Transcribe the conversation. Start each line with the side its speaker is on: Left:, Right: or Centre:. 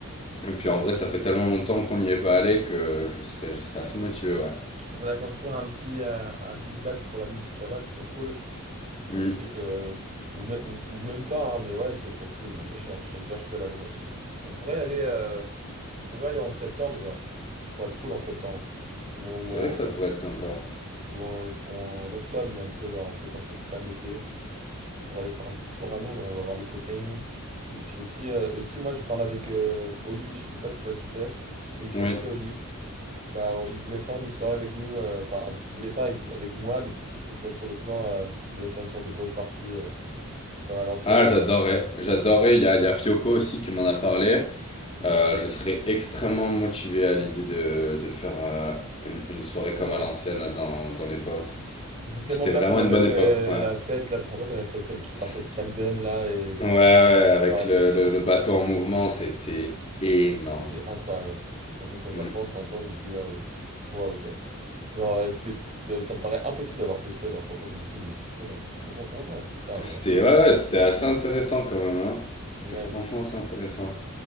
Left: Et puis en vrai, ça fait tellement longtemps qu'on n'y est pas allé que je serais, je serais assez motivé, ouais.
Right: Il faudrait qu'on se trouve un petit, euh, un petite date pour la musique là-bas, ça serait cool.
Left: Hmm.
Right: Un truc, euh, ou, mê- ou, ou même pas, hein, mais ouais, ça serait cool. ouais. Moi, je serais, je serais hyper chaud d'aller à Londres aussi. On pourrait aller, euh, on pourrait aller en septembre, genre. Ça pourrait être cool en septembre. Ou en,
Left: C'est
Right: ou en,
Left: vrai que ça pourrait
Right: ou-
Left: être sympa.
Right: ou en, ou en octobre même, tu sais, genre un peu quand ça se calme l'été. On pourrait aller faire un petit tour à Londres, on va voir les copains. Et puis aussi, euh, aussi moi, je parle avec euh, Oli, je sais pas si tu vois qui c'est. Oui, tu
Left: Oui.
Right: vois qui c'est, Oli. Bah, on- il voulait faire une soirée avec nous, euh, enfin, av- il voulait faire avec, avec moi, mais peut-être que je peux te mettre sur le plan. euh, il voulait faire une sorte de boat party. euh, comme à l'ancienne,
Left: Ah, j'adorerais.
Right: quoi.
Left: J'adorerais. Il y a, il y a Fioco aussi qui m'en a parlé. Euh, je serais extrêmement motivé à l'idée de, de faire euh, une, une soirée comme
Right: Ouais.
Left: à l'ancienne là, dans, dans les bottes.
Right: C'était tellement
Left: C'était
Right: bien
Left: vraiment
Right: qu'on avait
Left: une bonne
Right: fait
Left: époque, ouais.
Right: la fête, là, tu te rappelles qu'on avait fait celle qui partait
Left: C-
Right: de Camden, là, et c'était
Left: Ouais, ouais,
Right: tellement incroyable
Left: avec le,
Right: quand tu y penses.
Left: le, le bateau en mouvement, c'était énorme.
Right: C'était incroyable, ouais. Quand je, quand j'y
Left: Hmm.
Right: repense, t'entends, je me dis, waouh, waouh, quoi. Genre, euh, c'était, ça, ça me paraît impossible d'avoir fait ça, genre, t'entends, je me dis, mais qu'est-ce qu'on a, qu'est-ce qu'on- comment ça on a fait ça, genre
Left: C'était,
Right: <laughs>
Left: ouais, ouais, c'était assez intéressant quand même, hein. C'était
Right: Ouais,
Left: franchement
Right: de ouf.
Left: assez intéressant.